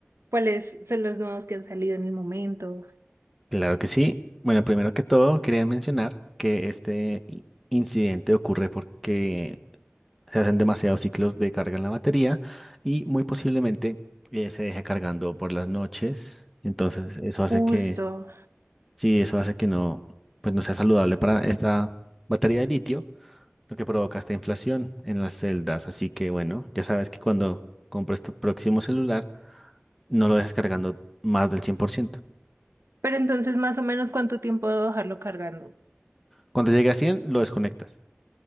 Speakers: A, on the right; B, in the centre.
A: cuáles son los nuevos que han salido en el momento,
B: claro que sí. Bueno, primero que todo, quería mencionar que este i- incidente ocurre porque se hacen demasiados ciclos de carga en la batería y muy posiblemente eh, se deje cargando por las noches. Entonces, eso hace
A: justo.
B: que, sí, eso hace que no, pues no sea saludable para esta batería de litio. lo que provoca esta inflación en las celdas. Así que bueno, ya sabes que cuando compres tu próximo celular, no lo dejes cargando más del 100%.
A: Pero entonces, más o menos, ¿cuánto tiempo debo dejarlo cargando?
B: Cuando llegue a 100 lo desconectas.